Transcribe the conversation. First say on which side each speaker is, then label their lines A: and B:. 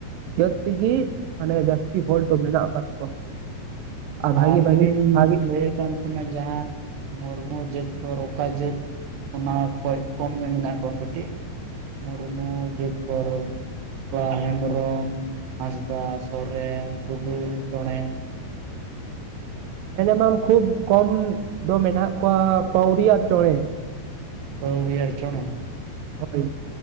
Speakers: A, on the right; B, on the right.
A: ᱡᱟᱹᱛ ᱜᱤ ᱢᱟᱱᱮ ᱡᱟᱹᱥᱛᱤ ᱦᱚᱲ ᱫᱚ ᱢᱮᱱᱟᱜ ᱟᱠᱟᱫ ᱠᱚᱣᱟ ᱵᱷᱟᱜᱤ
B: ᱟᱨ
A: ᱵᱷᱟᱜᱤ
B: ᱞᱤᱧ
A: ᱵᱷᱟᱜᱤ
B: ᱞᱟᱭ ᱠᱟᱱ ᱱᱟ ᱡᱟᱦᱟᱸ ᱢᱩᱨᱢᱩ ᱡᱟᱹᱛ ᱠᱚ ᱨᱚᱠᱟ ᱡᱟᱹᱛ ᱚᱱᱟ ᱠᱷᱚᱡ ᱠᱚᱢ ᱜᱮ ᱢᱮᱱᱟᱜ ᱠᱚᱣᱟ ᱠᱟᱹᱴᱤᱡ ᱢᱩᱨᱢᱩ ᱡᱟᱹᱛ ᱯᱚᱨ ᱵᱟ ᱦᱮᱢᱵᱨᱚᱢ ᱦᱟᱸᱥᱫᱟ ᱥᱚᱨᱮᱱ ᱴᱩᱰᱩ ᱪᱚᱬᱮ
A: ᱢᱮᱱᱮᱢᱟᱢ ᱠᱷᱩᱵ ᱠᱚᱢ ᱫᱚ ᱢᱮᱱᱟᱜ ᱠᱚᱣᱟ ᱯᱟᱹᱣᱲᱤ ᱟᱨ ᱪᱚᱬᱮ
B: ᱯᱟᱹᱣᱨᱤᱭᱟᱹ ᱟᱨ ᱪᱚᱬᱮ
A: ᱦᱳᱭ